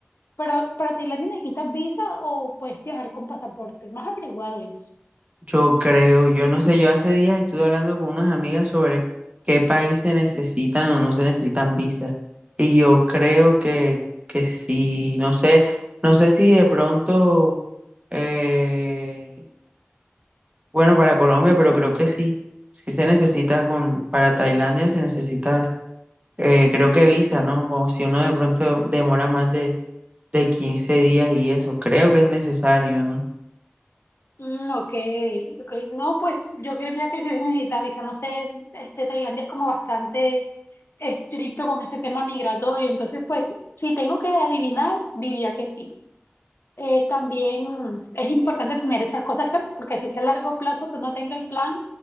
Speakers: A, on the left (about 65°); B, on the right (about 30°).
A: Pero, ¿para Tailandia necesitas visa o puedes viajar con pasaporte? ¿No has averiguado eso?
B: Yo creo, yo no sé, yo hace días estuve hablando con unas amigas sobre qué país se necesitan o no se necesitan visas y yo creo que, que sí, no sé, no sé si de pronto... eh, Bueno, para Colombia, pero creo que sí. Sí se necesita con, para Tailandia se necesita, eh, creo que visa, ¿no? Como si uno de pronto demora más de, de 15 días y eso, creo que es necesario, ¿no?
A: Mm, ok, ok. No, pues yo creía que se digitaliza, no sé, este Tailandia es como bastante estricto con ese tema migratorio, entonces pues si tengo que adivinar, diría que sí eh, también es importante tener esas cosas claras, porque si es a largo plazo que uno tenga el plan,